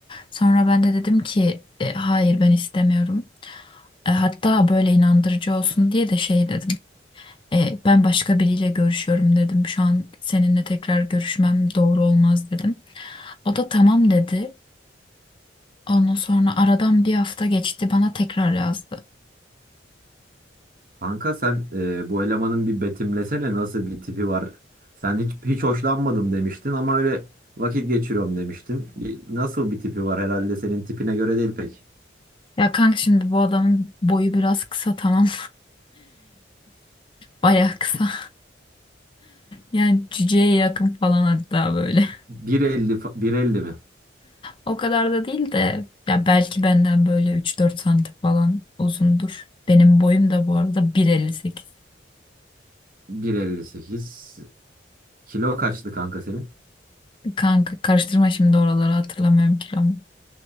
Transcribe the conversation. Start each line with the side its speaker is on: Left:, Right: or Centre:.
Left: Sonra ben de dedim ki "E, hayır ben istemiyorum. E, hatta böyle inandırıcı olsun diye de şey dedim. "E, ben başka biriyle görüşüyorum dedim. Şu an seninle tekrar görüşmem doğru olmaz dedim. O da tamam dedi. Ondan sonra aradan bir hafta geçti bana tekrar yazdı.
Right: Kanka sen e, bu elemanın bir betimlesene nasıl bir tipi var. Sen hiç hiç hoşlanmadım demiştin ama öyle vakit geçiriyorum demiştin. Bir, nasıl bir tipi var herhalde senin tipine göre değil pek.
Left: Ya kanka şimdi bu adamın boyu biraz kısa tamam. <laughs> baya kısa. Yani cüceye yakın falan hatta böyle.
Right: Bir elli fa- bir elli mi?
Left: O kadar da değil de ya belki benden böyle üç dört santim falan uzundur. Benim boyum da bu arada bir elli sekiz.
Right: Bir elli sekiz. kilo kaçtı kanka senin?
Left: Kanka karıştırma şimdi oraları hatırlamıyorum kilomu.